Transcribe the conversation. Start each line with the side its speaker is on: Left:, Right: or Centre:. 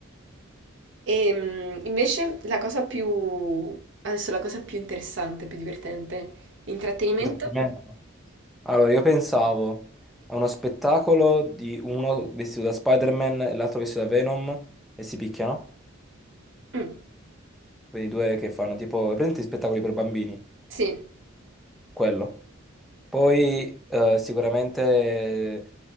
Right: E mh, invece la cosa più, adesso la cosa più interessante, più divertente, l'intrattenimento.
Centre: Intrattenimento. Allora, io pensavo a uno spettacolo di uno vestito da Spider-Man e l'altro vestito da Venom e si picchiano.
Right: Mm,
Centre: Quindi due che fanno tipo, prendi spettacoli per bambini,
Right: sì,
Centre: quello. Poi eh, sicuramente eh,